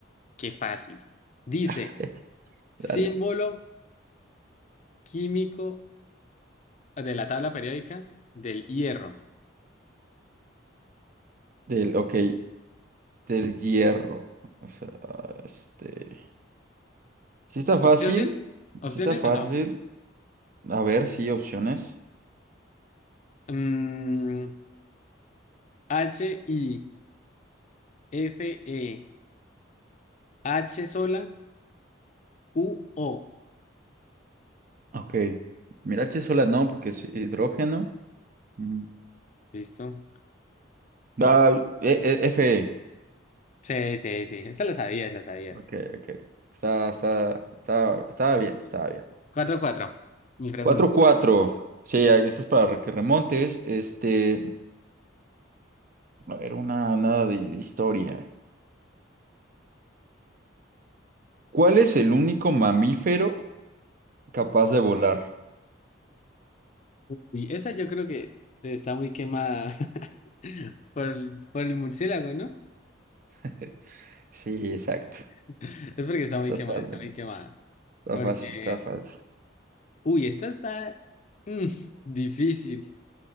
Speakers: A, on the left; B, on the right.
A: que fácil. Dice.
B: <laughs>
A: Símbolo
B: Dale.
A: químico de la tabla periódica del hierro.
B: Del, ok, del hierro. O sea, este. Sí está fácil,
A: ¿Opciones? ¿Opciones
B: sí está fácil.
A: o no?
B: A ver, sí, opciones.
A: Mm, H, I, F, E, H sola, U, O.
B: Ok. Mirache sola no, porque es hidrógeno. Mm.
A: ¿Listo?
B: Ah, e- e- F. E.
A: Sí, sí, sí. Esa la sabías, la sabías.
B: Ok, ok. Está, está, está, estaba bien, estaba bien.
A: cuatro cuatro Mi pregunta.
B: Cuatro cuatro, Sí, ahí esto es para que remontes. Este, a ver, una, nada de, de historia. ¿Cuál es el único mamífero capaz de volar?
A: Y esa yo creo que está muy quemada <laughs> por el, por el murciélago, ¿no?
B: <laughs> Sí, exacto.
A: <laughs> Es porque está muy
B: Totalmente.
A: quemada, está muy quemada.
B: Está
A: Porque,
B: fácil, está fácil.
A: uy, esta está mm, difícil,